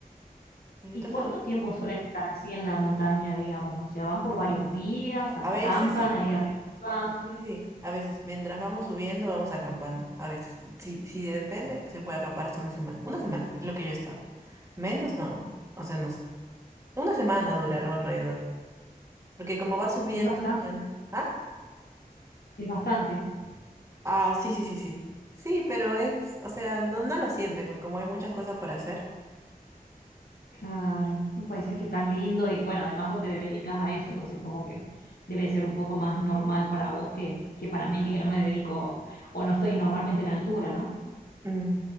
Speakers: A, on the right; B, on the left.
A: Yo
B: ¿Y
A: trato,
B: cuánto tiempo suelen estar así en la montaña, digamos? O sea, van por varios días, acampan
A: a veces sí.
B: ahí arriba.
A: Sí, sí, sí. A veces, mientras vamos subiendo, vamos acampando. A veces, si, si depende, se puede acampar hasta una semana. Una semana es lo que yo he estado. Menos, no, no. O sea, no sé. Una semana dura algo alrededor. Porque como va subiendo,
B: Es bastante,
A: ya no. Ah,
B: es bastante.
A: ah, sí, sí, sí, sí. Sí, pero es, o sea, no, no lo sientes, porque como hay muchas cosas por hacer.
B: Claro, un paisaje tan lindo y bueno, además vos te dedicas a eso, entonces como que debe ser un poco más normal para vos que, que para mí que no me dedico o no estoy normalmente en altura, ¿no?
A: mm,